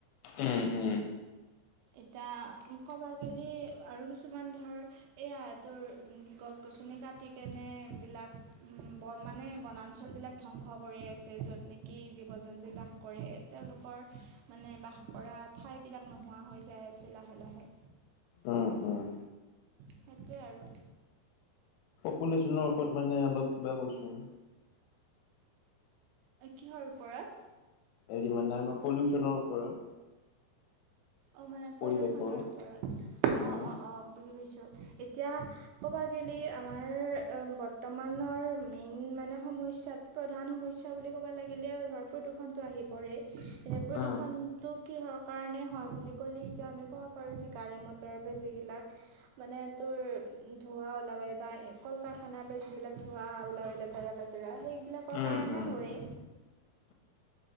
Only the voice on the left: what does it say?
উম উম।
উম, উম,
পলিউশনৰ ওপৰত মানে অলপ কিবা কচোন।
হেৰি মানে আমাৰ পলিউচনৰ ওপৰত।
পৰিৱেশৰ
উম,
উম।
উম,
উম,
<inaudible>